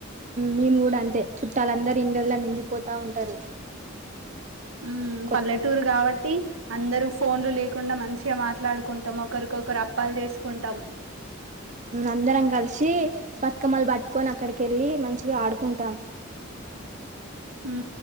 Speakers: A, on the right; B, on the right.
A: మేము కూడా అంతే చుట్టాలందరుూ ఇండలో నిండిపోతా ఉంటారు
B: ఉ
A: కొత్
B: పల్లెటూరు కాబట్టి అందరుూ ఫోన్లు లేకుండా మంచిగా మాట్లాడుకుంటాం ఒకరికొకరు అప్పాలు చేసుకుంటాం
A: అందరం కలిసి బతుకమ్మలు పట్టుకొని అక్కడికి వెళ్ళి మంచిగా ఆడుకుంటాం
B: ఉ